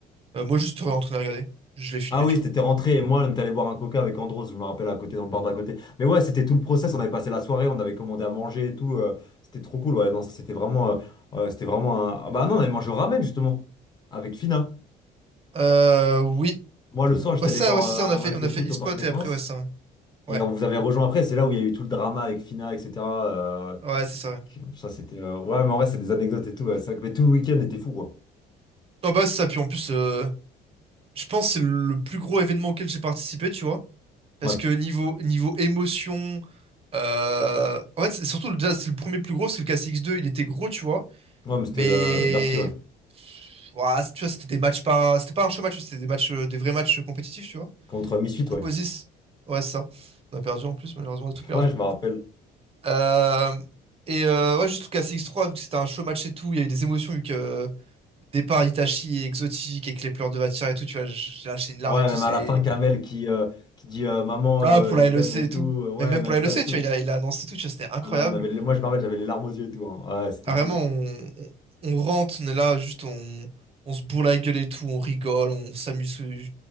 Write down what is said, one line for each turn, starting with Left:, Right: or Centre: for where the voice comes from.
Right: Euh, moi, je suis en train de regarder. Je l'ai filmé,
Left: Ah oui,
Right: tu vois.
Left: t'étais rentré et moi, on est allé boire un coca avec Andros, je me rappelle, à côté, dans le bar d'à côté. Mais ouais, c'était tout le process, on avait passé la soirée, on avait commandé à manger et tout. euh, c'était trop cool, ouais. Non, ça, c'était vraiment, euh, euh, c'était vraiment un... Ah Bah non, on avait mangé au ramen, justement, avec Fina.
Right: Euh, oui.
Left: Moi, le soir, j'étais
Right: Ouais, ça,
Left: allé voir
Right: ouais, c'est ça, on a
Left: euh, un
Right: fait,
Left: match
Right: on
Left: de
Right: a fait
Left: foot
Right: e-spot
Left: au Parc des
Right: et
Left: Princes.
Right: après, ouais, ça.
Left: Et
Right: Ouais,
Left: on vous avait rejoint après, c'est là où il y a eu tout le drama avec Fina, etc. euh,
Right: ouais, ouais, c'est ça, ouais.
Left: qui- ça, c'était... euh, Ouais, mais en vrai, c'est des anecdotes et tout. ouais, c'est vrai que- Mais tout le week-end était fou, quoi.
Right: Non, bah, ouais, c'est ça, puis en plus... euh, je pense que c'est le plus gros événement auquel j'ai participé, tu vois. Parce
Left: Ouais,
Right: que niveau, niveau émotion, euh, en fait, c'est surtout le- déjà, c'est le premier plus gros, parce que le KCX2, il était gros, tu vois.
Left: ouais, mais c'était
Right: Mais,
Left: le... Bercy, ouais.
Right: ouah, tu vois, c'était des matchs pas, c'était pas un show match, c'était des matchs, euh, des vrais matchs compétitifs, tu vois.
Left: Contre Misfit,
Right: Du coup,
Left: ouais.
Right: vas-y, c'est- ouais, c'est ça. On a perdu en plus, malheureusement, on a tout
Left: <laughs>
Right: perdu.
Left: Ouais, je me rappelle.
Right: Euh, et euh, ouais, juste le KCX3, vu que c'était un show match et tout, il y a eu des émotions, vu que euh, départ Itachi et exotique, avec les pleurs de Vatira et tout, tu vois, j'ai lâché une larme
Left: Ouais,
Right: et tout,
Left: même
Right: c'est.
Left: à la fin, Kamel qui, euh, qui dit euh, Maman,
Right: Ah,
Left: euh,
Right: pour
Left: je
Right: la
Left: t'aime
Right: LEC
Left: et
Right: et
Left: tout.
Right: tout.
Left: Ouais,
Right: Mais même
Left: même
Right: pour la
Left: ça
Right: LEC,
Left: et tout.
Right: tu vois, il a, il a annoncé tout, tu vois, c'était incroyable.
Left: Là, on avait les- Moi, je me rappelle, j'avais les larmes aux yeux et tout. hein. Ouais, c'était
Right: Ah,
Left: fou.
Right: vraiment, on, on, on rentre, on est là, juste on, on se bourre la gueule et tout, on rigole, on s'amuse euh,